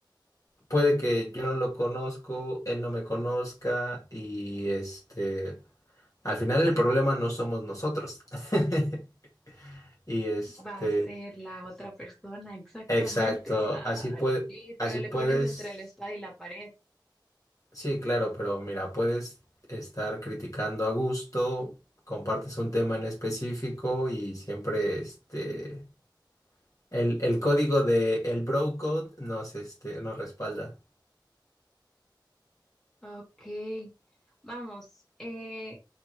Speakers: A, on the left; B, in the centre.
A: puede que yo no lo conozco, él no me conozca y este, al final el problema no somos nosotros. <laughs> Y este,
B: Va a ser la otra persona, exactamente.
A: exacto,
B: Ay,
A: así puede,
B: sí,
A: así
B: pero le
A: puedes.
B: pones entre la espada y la pared.
A: Sí, claro, pero mira, puedes estar criticando a gusto, compartes un tema en específico y siempre este el, el código de el bro code nos este nos respalda.
B: Ok, vamos. eh,